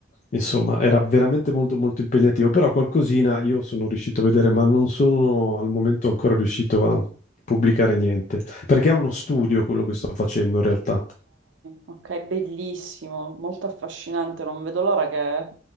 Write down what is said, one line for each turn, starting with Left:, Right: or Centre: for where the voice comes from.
Left: Insomma, era veramente molto molto impegnativo, però qualcosina io sono riuscito a vedere, ma non sono al momento ancora riuscito a pubblicare niente, perché è uno studio quello che sto facendo in realtà.
Right: ok, bellissimo, molto affascinante, non vedo l'ora che-